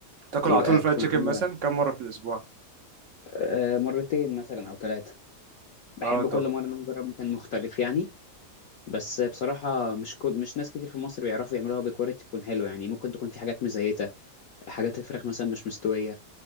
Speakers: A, on the right; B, on the left.
A: تاكل
B: يبقى
A: على طول الفرايد
B: تكون
A: تشيكن
B: عامله
A: مثلا كم مره في الاسبوع
B: آه، مرتين مثلا او ثلاثه بحب
A: اه طب
B: كل مره ان انا اجرب مكان مختلف يعني بس بصراحه مش كو... مش ناس كتير في مصر بيعرفوا يعملوها بكواليتي تكون حلوه يعني ممكن تكون في حاجات مزيته حاجات الفراخ مثلا مش مستويه